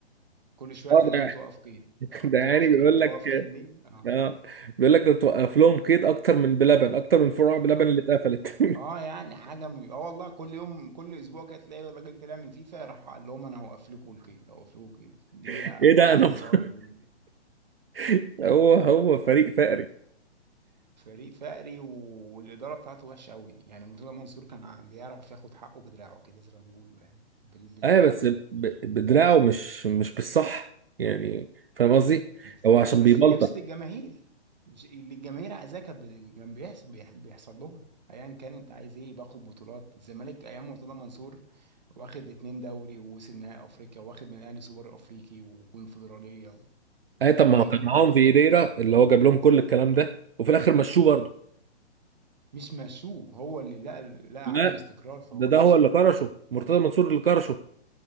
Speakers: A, on the right (about 40°); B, on the right (about 55°).
A: كل شويه
B: اه
A: الزمالك
B: ده
A: توقف قيد
B: <laughs>
A: اه
B: ده
A: توقف
B: يعني بيقول
A: قيد توقف
B: لك
A: قيد ليه اه
B: اه بيقول لك ده توقف لهم قيد اكتر من بلبن اكتر من فروع بلبن
A: اه,
B: اللي اتقفلت
A: آه يعني حاجه م... اه والله كل يوم كل اسبوع كده تلاقي الراجل طلع من فيفا راح قال لهم انا هوقف لكم القيد هوقف لكم القيد دي
B: <laughs> ايه
A: مره
B: ده انا
A: ابو
B: ف-
A: طالب
B: <laughs> هو هو فريق فقري
A: فريق فقري و- والإدارة بتاعته وحشة قوي يعني مرتضى منصور كان ع- بيعرف ياخد حقه بدراعه كده زي ما بيقولوا يعني بال- بالبلد
B: اه بس ب-
A: دي
B: بدراعه مش مش بالصح يعني فاهم قصدي
A: بس
B: هو
A: بس
B: عشان بيبلطج
A: بيبسط الجماهير مش- اللي الجماهير عايزاه كان بي- كان بيحصل بيح- بيحصل لهم ايا كان انت عايز ايه باخد بطولات الزمالك ايام مرتضى منصور واخد اتنين دوري ووصل نهائي افريقيا واخد من الاهلي سوبر افريقي وكونفدراليه و-
B: اه طب
A: وبيجيب
B: ما هو كان معاهم
A: لعيبه
B: فيريرا اللي هو جاب لهم كل الكلام ده وفي الاخر مشوه برضه
A: مش مشوه هو اللي لقى لقى
B: لا
A: عدم استقرار فهو
B: ده ده
A: مشي
B: هو اللي كرشه مرتضى منصور اللي كرشه